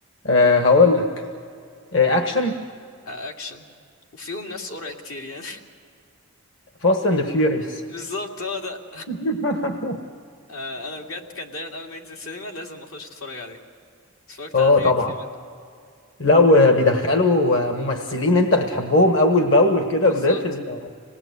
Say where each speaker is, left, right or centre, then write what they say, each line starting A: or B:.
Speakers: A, on the left; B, on the left.
A: آه، هقول لك آه، اكشن
B: اكشن وفيهم ناس قرع كتير يعني
A: فاست اند فيوريوس
B: <laughs> بالظبط هو ده
A: <laughs>
B: آه، انا بجد كان دايما اول ما ينزل السينما لازم اخش اتفرج عليه اتفرجت
A: اه
B: على حاجه
A: طبعا
B: كتير منه
A: لو بيدخلوا ممثلين انت بتحبهم اول باول كده
B: بالظبط
A: جداد في ال-